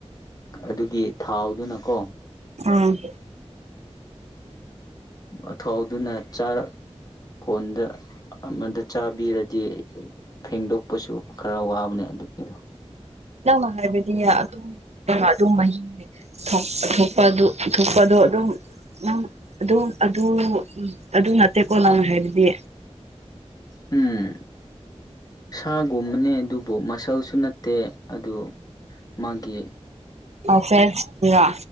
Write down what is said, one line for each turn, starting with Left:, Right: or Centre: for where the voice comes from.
Left: ꯑꯗꯨꯒꯤ ꯊꯥꯎꯗꯨꯅꯀꯣ
Right: ꯎꯝ
Left: ꯑꯊꯥꯎꯗꯨꯅ ꯆꯥꯔ ꯀꯣꯟꯗ ꯑꯃꯗ ꯆꯥꯕꯤꯔꯗꯤ ꯐꯦꯡꯗꯣꯛꯄꯁꯨ ꯈꯔ ꯋꯥꯕꯅꯦ ꯑꯗꯨꯒꯤꯗꯣ
Right: ꯅꯪꯃ ꯍꯥꯏꯕꯗꯤ ꯑꯗꯨꯝ ꯑꯗꯨꯝ ꯃꯍꯤ ꯊꯣꯛ ꯊꯣꯛꯄꯗꯨ ꯐꯨꯠꯇꯣꯛꯄꯗꯣ ꯑꯗꯨꯝ ꯅꯪ ꯑꯗꯨꯝ ꯑꯗꯨ ꯑꯗꯨ ꯅꯠꯇꯦꯀꯣ ꯅꯪꯅ ꯍꯥꯏꯕꯗꯤ
Left: ꯎꯝ ꯁꯥꯒꯨꯝꯕꯅꯦ ꯑꯗꯨꯕꯨ ꯃꯁꯜꯁꯨ ꯅꯠꯇꯦ ꯑꯗꯨ ꯃꯥꯒꯤ
Right: ꯑꯁꯦ ꯁꯤꯒ